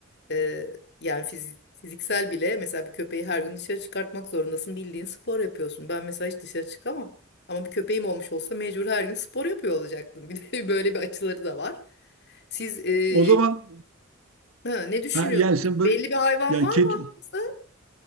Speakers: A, on the left; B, on the right.
A: e, yani fiz- fiziksel bile mesela bir köpeği her gün dışarı çıkartmak zorundasın. Bildiğin spor yapıyorsun. Ben mesela hiç dışarı çıkamam. Ama bir köpeğim olmuş olsa mecbur her gün spor yapıyor olacaktım. <laughs> Bir de böyle bir açıları da var. Siz e,
B: O zaman
A: ha, ne düşünüyorsunuz?
B: ha, yani sen böyle
A: Belli bir hayvan
B: yani
A: var
B: kedi,
A: mı aklınızda?